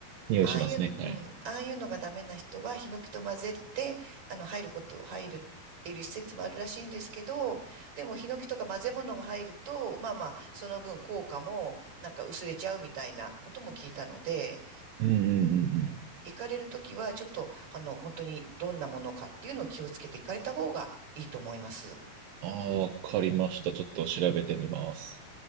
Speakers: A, on the right; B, on the right.
A: 匂いしますね。
B: ああいう、うん、
A: はい。
B: ああいうのがダメな人はヒノキと混ぜて、あの、入ること、入るっていう施設もあるらしいんですけど、でもヒノキとか混ぜ物が入ると、まあまあ、その分効果もなんか薄れちゃうみたいなことも聞いたので、
A: うんうんうんうん。
B: 行かれるときはちょっと、あの、本当にどんなものかっていうのを気をつけて行かれた方がいいと思います。
A: ああ、わかりました。ちょっと調べてみます。